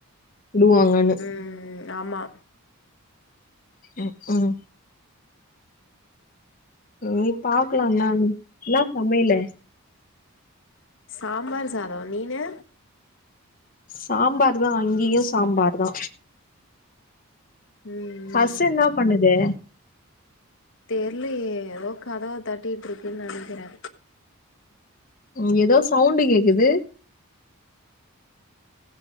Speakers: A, on the left (about 40°); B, on the left (about 55°).
A: வுடுவாங்கன்னு
B: ம் ஆமா
A: ம் ம் ஏ பாக்லா என்னனு என்னா சமையலு
B: சாம்பார் சாதோ நீனு
A: சாம்பார் தா இங்கியு சாம்பார் தா
B: ம்
A: பசு என்ன பண்ணுது
B: தெர்லயே எதோ கதவ தட்டிட்ருக்குன் நெனைக்கிறே
A: ம் எதோ சவுண்டு கேக்குது